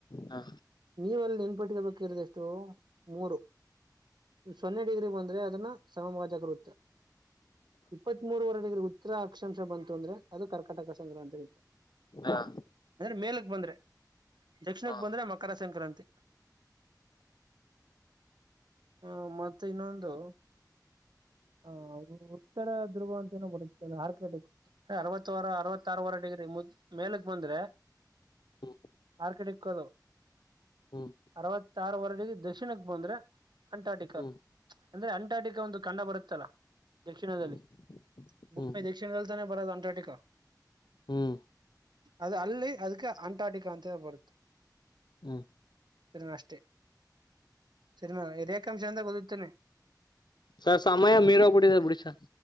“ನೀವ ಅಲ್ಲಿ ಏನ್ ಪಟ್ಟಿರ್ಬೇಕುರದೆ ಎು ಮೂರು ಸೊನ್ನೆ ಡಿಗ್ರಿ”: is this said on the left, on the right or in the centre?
Right